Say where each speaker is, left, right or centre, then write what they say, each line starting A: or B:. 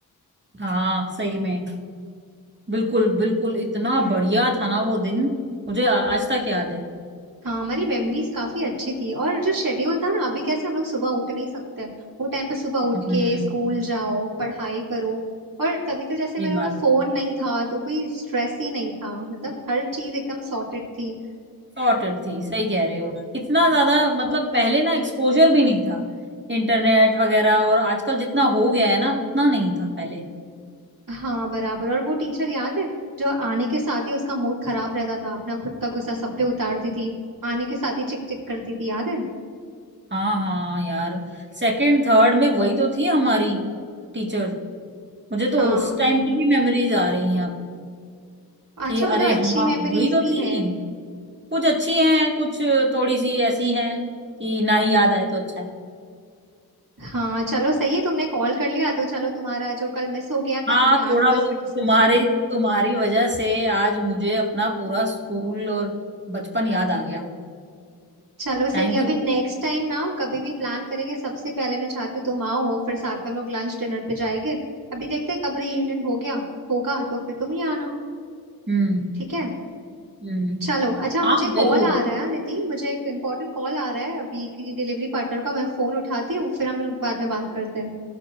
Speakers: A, on the right; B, on the right.
A: हाँ सही में बिल्कुल बिल्कुल इतना बढ़िया था ना वो दिन मुझे आ- आज तक याद है
B: हाँ हमारी मेमोरीज काफी अच्छी थी और जो शेड्यूल था ना अभी कैसे हम लोग सुबह उठ नहीं सकते वो टाइम पे सुबह उठ
A: हम्म
B: के स्कूल जाओ पढ़ाई करो और तभी तो जैसे मैंने
A: ये
B: बोला
A: बात
B: फोन नहीं था तो कोई स्ट्रेस ही नहीं था मतलब हर चीज एकदम सॉर्टेड थी
A: सॉर्टेड थी सही कह रहे हो इतना ज्यादा मतलब पहले ना एक्सपोजर भी नहीं था इंटरनेट वगैरह और आजकल जितना हो गया है ना उतना नहीं था पहले
B: हाँ बराबर और वो टीचर याद है जो आने के साथ ही उसका मूड खराब रहता था अपना खुद का गुस्सा सब पे उतारती थी आने के साथ ही चिक चिक करती थी याद है
A: हाँ हाँ यार सेकंड थर्ड में वही तो थी हमारी टीचर मुझे तो
B: हाँ
A: उस टाइम की भी मेमोरीज आ रही हैं अब कि
B: अच्छा मतलब
A: अरे
B: अच्छी
A: हाँ
B: मेमोरीज
A: वही तो
B: भी
A: थी
B: है
A: कुछ अच्छी हैं कुछ थोड़ी सी ऐसी हैं कि ना ही याद आए तो अच्छा है
B: हाँ चलो सही है तुमने कॉल कर लिया तो चलो तुम्हारा जो कल मिस हो गया था
A: हाँ
B: हमने
A: थोड़ा
B: आसपास
A: बहुत
B: में डिस्कस
A: तुम्हारे
B: कर दिया
A: तुम्हारी वजह से आज मुझे अपना पूरा स्कूल और बचपन याद आ गया
B: चलो सही
A: Thank
B: है अभी
A: you
B: नेक्स्ट टाइम ना कभी भी प्लान करेंगे सबसे पहले मैं चाहती हूँ तुम आओ फिर साथ में हम लोग लंच डिनर पे जाएंगे अभी देखते हैं कब रीयूनियन हो गया होगा तो फिर तुम ही आना
A: हम्म
B: ठीक है
A: हम्म
B: चलो अच्छा मुझे
A: हाँ
B: कॉल
A: जरूर
B: आ रहा है निधि मुझे एक इम्पोर्टेंट कॉल आ रहा है अभी की डिलीवरी पार्टनर का मैं फोन उठाती हूँ फिर हम लोग बाद में बात करते हैं